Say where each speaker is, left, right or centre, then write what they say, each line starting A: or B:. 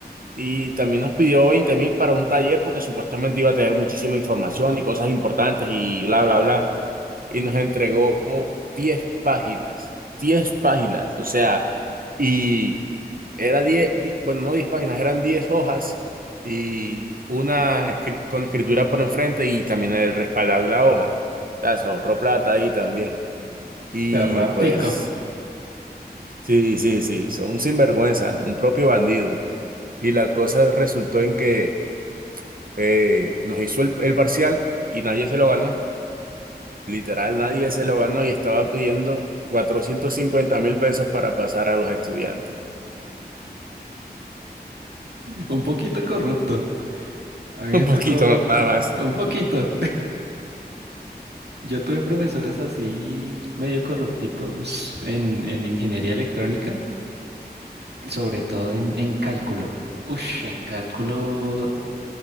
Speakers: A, on the right; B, on the right.
A: Y también nos pidió veinte mil para un taller porque supuestamente iba a tener muchísima información y cosas importantes y bla, bla, bla. Y nos entregó 10 páginas, 10 páginas, o sea, y era 10, di- bueno, no 10 páginas, eran 10 hojas y una escri- con escritura por enfrente y también el respaldar de la hoja. O sea, se ahorró plata ahí también. Y
B: Terror
A: pues...
B: tico.
A: Sí, sí, sí, son un sinvergüenza, un propio bandido. Y la cosa resultó en que eh, nos hizo el, el parcial y nadie se lo ganó. Literal, nadie se lo ganó y estaba pidiendo cuatrocientos cincuenta mil pesos para pasar a los estudiantes.
B: Un poquito corrupto.
A: <laughs>
B: A mí me
A: Un
B: tocó
A: poquito nada más.
B: un poquito. Yo tuve profesores así medio corruptivos en, en ingeniería electrónica, sobre todo en, en cálculo. Ush, en cálculo